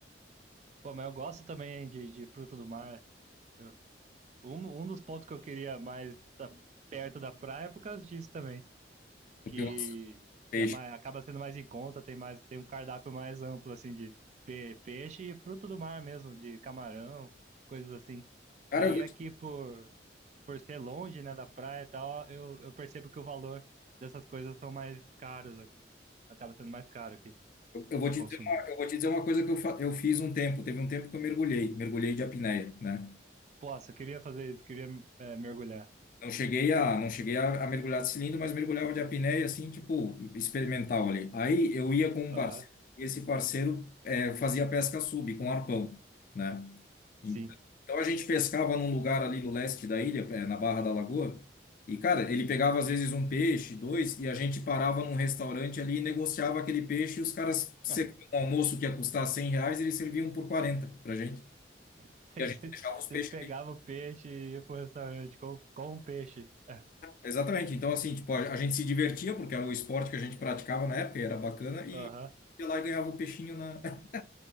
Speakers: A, on the right; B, on the left.
A: Pô, mas eu gosto também de, de fruto do mar. Eu- um, um dos pontos que eu queria mais estar perto da praia é por causa disso também.
B: Porque
A: que,
B: gosta de peixe.
A: que é mais, acaba sendo mais em conta, tem mais, tem um cardápio mais amplo, assim, de pe- peixe e fruto do mar mesmo, de camarão, coisas assim.
B: Cara,
A: Aí
B: eu vou
A: aqui,
B: te,
A: por, por ser longe, né, da praia e tal, eu, eu percebo que o valor dessas coisas são mais caros aqui. Acaba sendo mais caro aqui
B: eu eu vou
A: para
B: te
A: consumir.
B: dizer uma, eu vou te dizer uma coisa que eu, fa- eu fiz um tempo. Teve um tempo que eu mergulhei, mergulhei de apneia, né?
A: Posso, queria fazer isso, queria é, mergulhar.
B: Não cheguei a, não cheguei a, a mergulhar de cilindro, mas mergulhava de apneia, assim, tipo, experimental ali. Aí eu ia com um
A: Aham,
B: parceiro, e esse parceiro eh, fazia pesca sub, com arpão, né?
A: sim.
B: Então, então a gente pescava num lugar ali no leste da ilha, eh, na Barra da Lagoa, e, cara, ele pegava às vezes um peixe, dois, e a gente parava num restaurante ali e negociava aquele peixe, e os caras serviam
A: <laughs>
B: um almoço que ia custar 100 reais, eles serviam por 40 pra gente.
A: Vocês
B: E a gente
A: vocês-
B: deixava os
A: vocês
B: peixes
A: pegavam
B: ali.
A: o peixe e iam pro restaurante com, com o peixe. <laughs>
B: Exatamente. Então, assim, tipo, a a gente se divertia, porque era o esporte que a gente praticava na época, e era bacana, e
A: Aham.
B: ia lá e ganhava o peixinho na. <laughs>